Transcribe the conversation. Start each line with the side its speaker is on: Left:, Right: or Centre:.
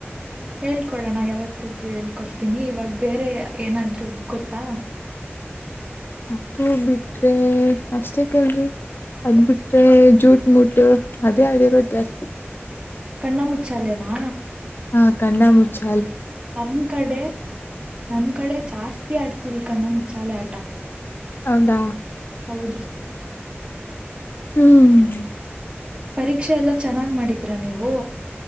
Right: ಹೇಳ್ಕೊಡಣ ಯಾವತ್ತಾದೂ ಹೇಳ್ಕೊಡ್ತೀನಿ ಇವಾಗ ಬೇರೆ ಏನಾದ್ರು ಗೊತ್ತಾ
Left: ಅದು ಬಿಟ್ರೆ ಅಷ್ಟೇ ಕೆಲ್ರಿ ಅದ್ ಬಿಟ್ರೆ ಜೂಟ್ ಮುಟ್ಟು ಅದೇ ಆಡಿರೋದ್ ಜಾಸ್ತಿ
Right: ಕಣ್ಣ ಮುಚ್ಚಾಲೆನಾ
Left: ಹಾ ಕಣ್ಣಾ ಮುಚ್ಚೆ
Right: ನಮ್ ಕಡೆ ನಮ್ ಕಡೆ ಜಾಸ್ತಿ ಆಡ್ತೀವಿ ಕಣ್ಣ ಮುಚ್ಚಾಲೆ ಆಟ
Left: ಹೌದಾ
Right: ಹೌದು
Left: ಹ್ಮ್
Right: ಪರೀಕ್ಷೆ ಎಲ್ಲಾ ಚೆನ್ನಾಗ್ ಮಾಡಿದ್ರ ನೀವು